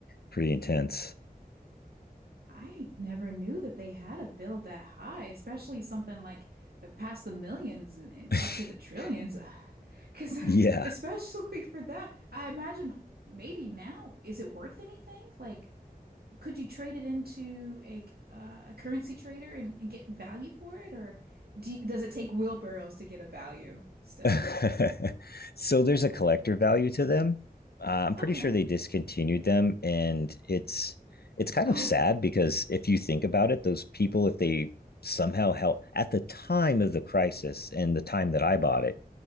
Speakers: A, on the left; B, on the right.
A: pretty intense.
B: I never knew that they had a bill that high, especially something like uh, past the millions and, and
A: <laughs>
B: up to the trillions. <sighs> Because
A: yeah.
B: <laughs> especially for that, I imagine maybe now, is it worth anything? Like could you trade it into a uh, a currency trader and, and get value for it, or do, does it take wheelbarrows to get a value still?
A: <laughs> so there's a collector value to them. Uh, I'm pretty
B: Okay.
A: sure they discontinued them and it's it's kind
B: Oh.
A: of sad because if you think about it, those people if they somehow help at the time of the crisis and the time that I bought it,